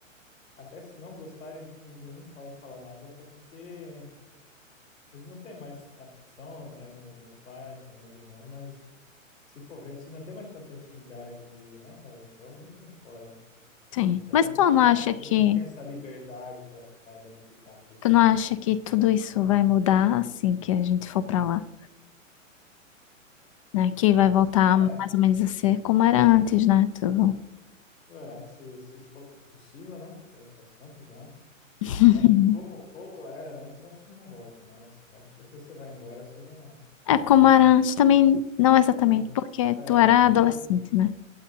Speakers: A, on the left; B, on the left.
A: Até se não gostarem disso, ninguém nunca vai falar nada, até porque Eles não têm mais. ah, São, é, meu, meus pais, são meus irmãos, mas se for ver assim, não tem mais tanta intimidade comigo, né? cara? Eu sou há muito tempo fora.
B: Sim.
A: Então
B: Mas
A: eles
B: tu
A: não,
B: não acha que
A: eles não têm essa liberdade para ficar dando pitaco desse
B: tu não
A: jeito.
B: acha que tudo isso vai mudar assim que a gente for pra lá, né? Que vai voltar
A: É,
B: mais ou menos a ser como era antes, né? Tudo.
A: é, se, se isso for possível, né? É, faz tantos anos.
B: <laughs>
A: Acho que como, como era antes, acho que não volta, mas acho que depois você vai embora, você não.
B: É como era antes também, não exatamente,
A: a-
B: porque
A: é,
B: tu era adolescente,
A: a,
B: né?